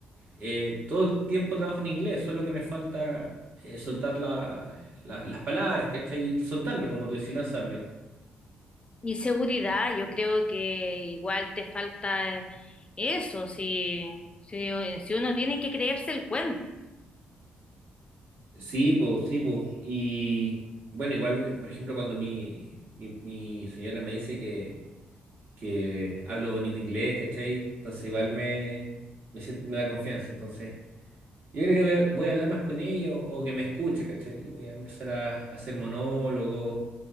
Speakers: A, on the right (about 60°); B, on the left (about 30°).
A: eh, todo el tiempo trabajo en inglés, solo que me falta eh, soltar la- la- las palabras, ¿cachai? Soltarme, como tú decís, lanzarme.
B: Y seguridad, yo creo que igual te falta eso, si, si, si uno tiene que creerse el cuento.
A: Sí, pues, sí, pues. Y bueno, igual, me- por ejemplo, cuando mi, mi, mi señora me dice que, que hablo bonito inglés, ¿cachai? Entonces, igual me, me, sien- me da confianza. Entonces, yo creo que voy a, voy a hablar más con ella o, o que me escuche, ¿cachai? Y voy a empezar a, a hacer monólogos